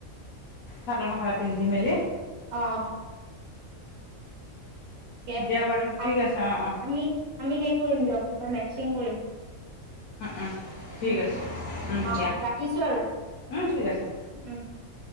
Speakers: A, on the left; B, on the right.
A: চাদৰ মেখেলা পিন্ধি মেলি
B: অ অ ঠিকে আছে
A: দিয়া বাৰু ঠিক
B: অ
A: আছে অঁ
B: আমি আমি সেই কৰিম দিয়ক কিবা মেক্সিং কৰিম
A: অঁ ঠিক
B: উম
A: আছে উম,
B: অহ
A: দিয়া
B: ৰাখিছো আৰু
A: উম, ঠিক আছে
B: উম